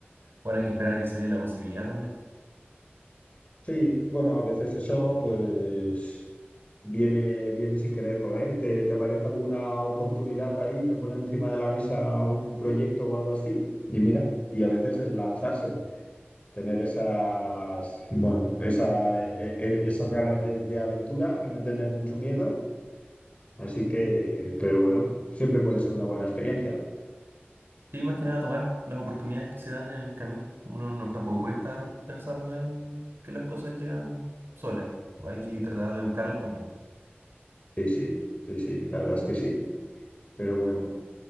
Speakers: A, on the right; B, on the left.
A: bueno, hay que esperar a que se dé la posibilidad también.
B: Sí, bueno, a veces eso pues viene, viene sin quererlo, ¿eh? ¿Te, te aparece alguna oportunidad ahí, te ponen encima de la mesa un proyecto o algo así? Y mira, y a veces es lanzarse, tener esas, bueno, esa, e- e- esas ganas de, de aventura y no tener mucho miedo. Así que, pero bueno, siempre puede ser una buena experiencia.
A: Sí, más que nada tomar las oportunidades que se dan en el camino. Uno no, tampoco puede estar pensando en que las cosas llegan solas. Hay que tratar de buscarlas también.
B: Sí, sí, sí, sí, la verdad es que sí. Pero bueno.